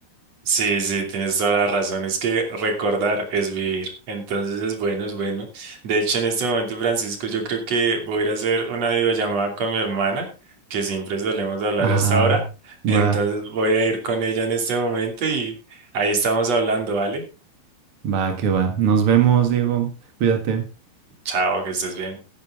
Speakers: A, on the right; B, on the right.
A: Sí, sí, tienes toda la razón. Es que recordar es vivir. Entonces es bueno, es bueno. De hecho, en este momento, Francisco, yo creo que voy a ir a hacer una videollamada con mi hermana, que siempre solemos hablar
B: Ah,
A: hasta ahora.
B: va,
A: Entonces voy a ir con ella en este momento y ahí estamos hablando, ¿vale?
B: va, que va. Nos vemos, Diego, cuídate.
A: Chao, que estés bien.